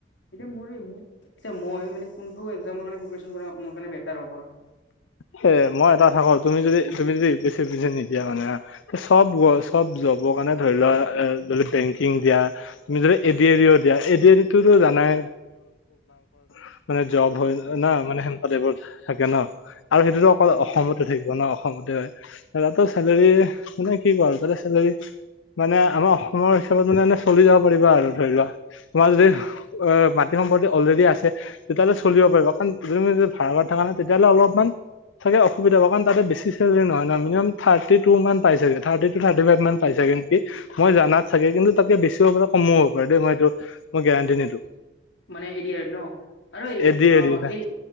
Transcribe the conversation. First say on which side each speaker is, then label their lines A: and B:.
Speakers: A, on the left; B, on the left.
A: এতিয়া মোৰ ম এ মো, এতিয়া মই মানে কোনটো এক্সামৰ কাৰণে প্ৰিপেৰেচন কৰা মোৰ কাৰণে বেটাৰ হ'ব আৰু।
B: হে মই এটা কথা কওঁ তুমি যদি তুমি যদি ইউপিএছচি ইউপিএছচি নিদিয়া মানে চব গ
A: উম।
B: চব জবৰ কাৰণে ধৰি লোৱা এ যদি বেংকিং দিয়া তুমি যদি এডিআইও দিয়া, এডিআই টো ত জানাই <unintelligible> মানে জব হয় ন মানে সেনেকুৱা টাইপৰ থাকে ন। আৰু সেইটোতো অকল
A: উম,
B: অসমতে থাকিব ন অসমত। সেইটো হয়, তাতো চেলেৰী মানে কি কও আৰু তাতো চেলেৰী মানে আমাৰ অসমৰ হিচাপত মানে এনে চলি যাব পাৰিবা আৰু ধৰি লোৱা তোমাৰ যদি এ মাটি সম্পত্তি অলৰেডী আছে তেতিয়াহলে চলিব পাৰিব কাৰণ তুমি যদি ভাৰত থকা নহয় তেতিয়াহ'লে অলপমান চাগে অসুবিধা পাবা কাৰণ তাতে বেছি চেলাৰী নহয় ন মিনিমাম থাৰ্টি টু মান পায় চাগে। থাৰ্টি টু, থাৰ্টি ফাইভ মান পাই চাগে নেকি? মই জানাত চাগে, কিন্তু তাতকৈ বেছি হ'ব পাৰে, কমোও হ'ব পাৰে দেই। মই এইটো, মই গেৰাণ্টি নিদিওঁ।
A: মানে এ দি আৰ ই ন আৰু এই
B: এ দি
A: অ
B: এ দি নাই
A: এই